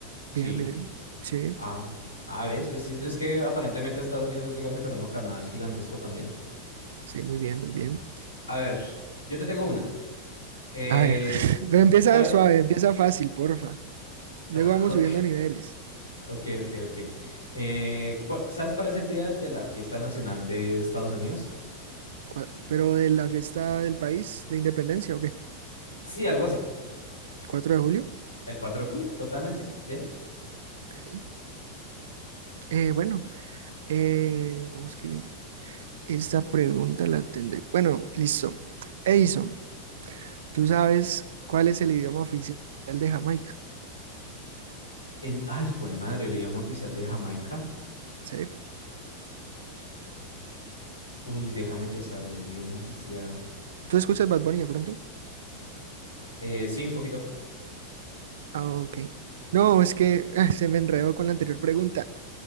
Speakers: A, on the right (about 60°); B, on the left (about 80°).
A: Bien,
B: Sí.
A: bien. Sí,
B: Ah, ah, ves, ves, sí, es que aparentemente Estados Unidos es muy grande, pero no, Canadá es gigantesco también.
A: sí, muy bien, muy bien.
B: A ver, yo te tengo una. Es,
A: A ver, <laughs> pero empieza
B: ¿sabe?
A: suave, empieza fácil, porfa. Luego
B: <laughs>
A: vamos
B: Ok,
A: subiendo niveles.
B: ok, ok, ok. Eh, ¿cuál- ¿sabes cuál es el día de la fiesta nacional de Estados Unidos?
A: Cua- Pero de la fiesta del país de independencia, ¿o qué?
B: Sí, algo así.
A: ¿El 4 de julio?
B: El 4 de julio, totalmente. Bien.
A: Ok. Eh, bueno, eh, ¿cómo es que esta pregunta la tendré? Bueno, listo. Edison, ¿tú sabes cuál es el idioma oficial de Jamaica?
B: El, ay, jue madre, el idioma oficial de Jamaica.
A: ¿Sí?
B: Uy, déjame pesarlo, idioma oficial.
A: ¿Tú escuchas Bad Bunny de pronto?
B: Eh, sí, un poquito.
A: Ah, ok. No, es que ah, se me enredó con la anterior pregunta.